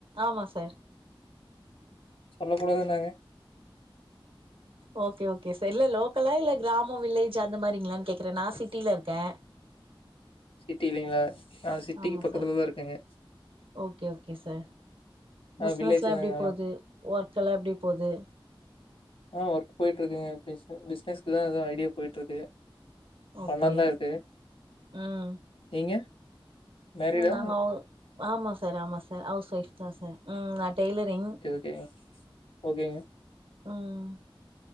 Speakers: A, on the right; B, on the left.
A: ஆமா சார்
B: சொல்ல கூடாதுன்னாங்க
A: ஓகே ஓகே சார் இல்ல லோக்கலா இல்ல க்ராமம் வில்லேஜ் அந்த மாரிங்களான்னு கேக்குறே நா சிட்டில இருக்கே
B: சிட்டிலெங்களா நா சிட்டிக்கு
A: ஆமா
B: பக்கத்துலதா
A: சார்
B: இருக்கேங்க
A: ஓகே ஓகே சார்
B: ஆ
A: பிச்னஸ்லா
B: வில்லேஜ் தாங்க
A: எப்டி
B: ஆனா.
A: போது வர்க்கெல்லாம் அப்டி போது
B: ஆ வர்க் போய்ட்டு இருக்குங்க ப்ச் பிச்னஸ்கு தா எதோ ஐடியா போய்ட்டு இருக்குக
A: ஓகே
B: பண்லாந்தா இருட்டு
A: ம்
B: நீங்க மேரிடா?
A: ம் நாங்கோ ஆமா சார் ஆமா சார் ஹவுஸ் ஒய்ஃப் தா சார் ம் நா டெய்லரிங்
B: கே ஓகேங்க
A: ம்